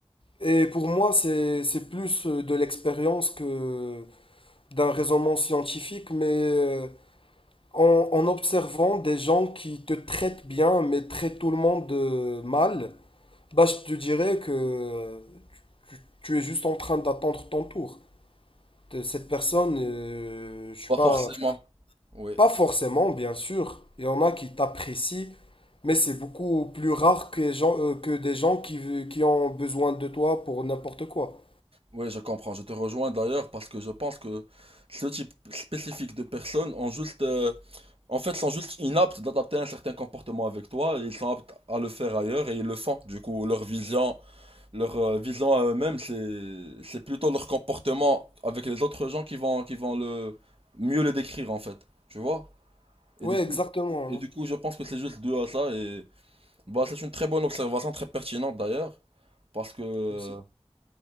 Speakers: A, on the left (about 55°); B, on the right (about 60°).
A: Et pour moi, c'est, c'est plus euh, de l'expérience que d'un raisonnement scientifique, mais euh, en, en observant des gens qui te traitent bien, mais traitent tout le monde euh, mal, bah, je te dirais que euh, tu, tu es juste en train d'attendre ton tour. Cette personne, euh, je sais
B: Pas
A: pas,
B: forcément. Oui,
A: Pas forcément, bien sûr. Il y en a qui t'apprécient, mais c'est beaucoup plus rare que, les gens, euh, que des gens qui, ve- qui ont besoin de toi pour n'importe quoi.
B: oui, je comprends. Je te rejoins d'ailleurs parce que je pense que ce type spécifique de personnes ont juste, euh, en fait, sont juste inaptes d'adapter un certain comportement avec toi et ils sont aptes à le faire ailleurs et ils le font. Du coup, leur vision, leur euh, vision à eux-mêmes, c'est, c'est plutôt leur comportement avec les autres gens qui vont, qui vont le mieux le décrire en fait. Tu vois? Et
A: Ouais,
B: du coup,
A: exactement.
B: et du
A: hein.
B: coup, je pense que c'est juste dû à ça et Bah, c'est une très bonne observation, très pertinente d'ailleurs, parce que
A: Merci.